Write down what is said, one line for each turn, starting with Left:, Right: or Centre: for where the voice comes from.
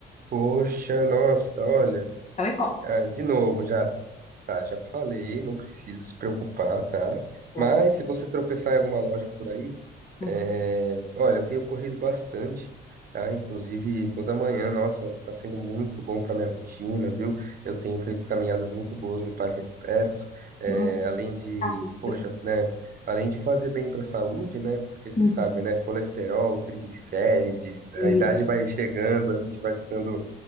Right: Poxa, nossa, olha.
Left: Então me conta.
Right: Ah, de novo já. Tá, já falei, não precisa se preocupar, tá?
Left: Bom,
Right: Mas se você tropeçar em alguma loja por aí,
Left: Hum,
Right: é, olha, eu tenho corrido bastante, tá? Inclusive toda manhã, nossa, tá sendo muito bom para minha rotina, viu? Eu tenho feito caminhadas muito boas no parque aqui perto, é,
Left: nossa,
Right: além de,
Left: cabeça.
Right: poxa, né? Além de fazer bem para a saúde, né? Porque você
Left: uhum,
Right: sabe, né? Colesterol, triglicérides, a idade
Left: Isso.
Right: vai chegando, a gente vai ficando,